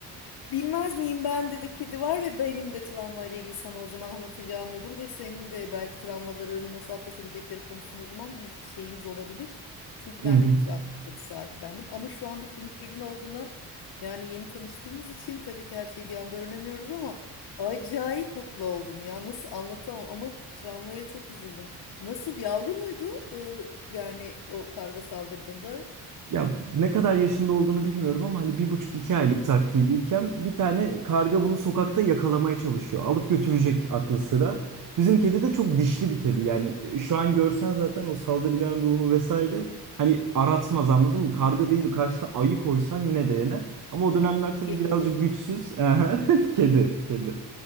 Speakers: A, on the left; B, on the right.
A: Bilmez miyim ben de kedi var ve benim de travmayla ilgili sana o zaman anlatacağım olur ve senin de belki travmaların nasıl atlatabilecekleri konusunda o zaman bir şeyimiz olabilir. Çünkü
B: Hı
A: ben
B: hı.
A: de bir travma kedi sahiplendim ama şu anda senin kedin olduğuna yani yeni tanıştığımız için tabii ki her şeyi bir anda öğrenemiyoruz ama acayip mutlu oldum ya nasıl anlatamam ama travmaya çok üzüldüm. Nasıl yavru muydu? Ee, yani o karga saldırdığında
B: Ya ne kadar yaşında olduğunu bilmiyorum ama hani bir buçuk iki aylık takribiyken bir tane karga bunu sokakta yakalamaya çalışıyor. Alıp götürecek aklı sıra. Bizim kedi de çok dişli bir kedi. Yani şu an görsen zaten o saldırgan ruhu vesaire hani aratmaz anladın mı? Karga değil karşısına ayı koysan yine de yener. Ama o dönemler tabii
A: kedi
B: birazcık
A: bu.
B: güçsüz. <laughs> Kedi, kedi.